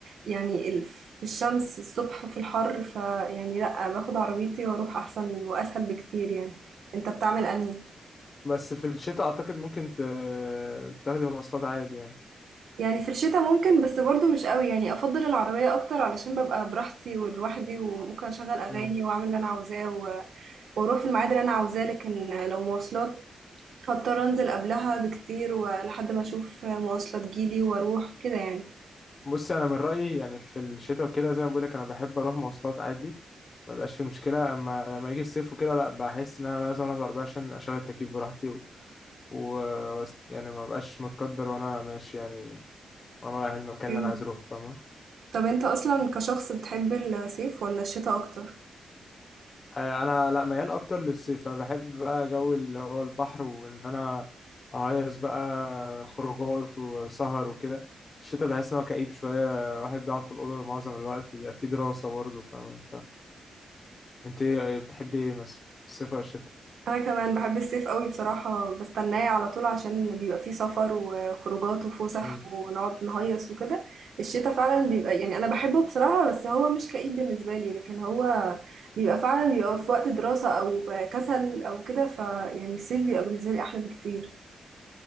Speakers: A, on the right; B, on the left.
A: يعني ال- في الشمس الصبح وفي الحر فيعني لا باخد عربيتي واروح احسن واسهل بكتير يعني انت بتعمل انهي
B: بس في الشتاء اعتقد ممكن ت- تاخدي مواصلات عادي
A: يعني في الشتاء ممكن بس برضو مش قوي يعني افضل العربية اكتر علشان ببقى براحتي ولوحدي وممكن اشغل اغاني
B: يعني
A: واعمل اللي انا عاوزاه و- واروح في الميعاد اللي انا عاوزاه لكن لو مواصلات هاضطر أنزل قبلها بكتير ولحد ما أشوف مواصلة تجيلي وأروح كده يعني.
B: بص انا من رايي يعني في الشتاء وكده زي ما بقولك انا بحب اروح مواصلات عادي ما بيبقاش في مشكله اما لما يجي الصيف وكده لا بحس ان انا لازم اروح بعربيه عشان اشغل التكييف براحتي و... و... وأست- يعني ما بقاش متقدر وانا ماشي يعني وانا رايح المكان
A: إمم.
B: اللي انا عايز اروحه فاهمه
A: طب أنت أصلًا كشخص بتحب الصيف والّا الشتا أكتر؟
B: آه، انا لا ميال اكتر للصيف انا بحب بقى جو اللي هو البحر وان انا اهيص بقى خروجات وسهر وكده الشتاء بحس ان هو كئيب شويه واحد بيقعد في الاوضه معظم الوقت بيبقى فيه دراسه برضه فاهمه انت ايه ايه بتحبي ايه مثلا الصيف ولا الشتاء
A: أنا كمان باحب الصيف أوي بصراحة، باستناه على طول عشان بيبقى فيه سفر وخروجات وفُسح
B: امم
A: ونقعد نهيص وكده. الشتا فعلًا بيبقى يعني أنا باحبه بصراحة، بس هو مش كئيب بالنسبة لي، لكن هو بيبقى فعلًا بيبقى في وقت دراسة أو كسل أو كده، فيعني الصيف بيبقى بالنسبة لي أحلى بكتير.